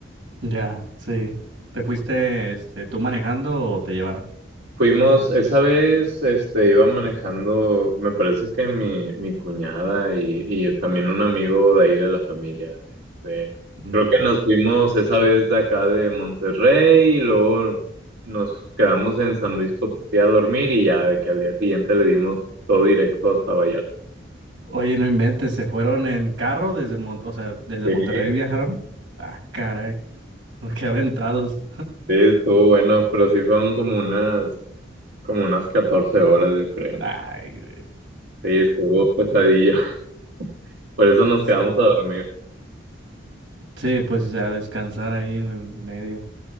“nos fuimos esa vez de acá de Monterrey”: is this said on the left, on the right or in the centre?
Right